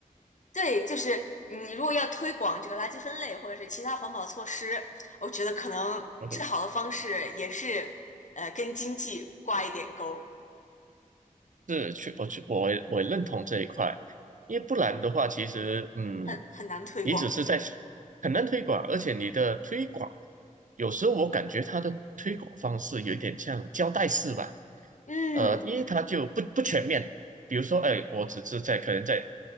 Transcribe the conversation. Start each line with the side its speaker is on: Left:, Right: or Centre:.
Left: 对，就是嗯你如果要推广这个垃圾分类或者是其他环保措施，我觉得可能最好的方式也是呃跟经济挂一点钩，
Right: 嗯哼，是，去我去我也我也认同这一块，因为不然的话，其实嗯，
Left: 很很难推广的。
Right: 你只是在很难推广，而且你的推广有时候我感觉它的推广方式有一点像胶带式吧，
Left: 嗯
Right: 呃，因为它就不不全面，比如说，哎，我只是在可能在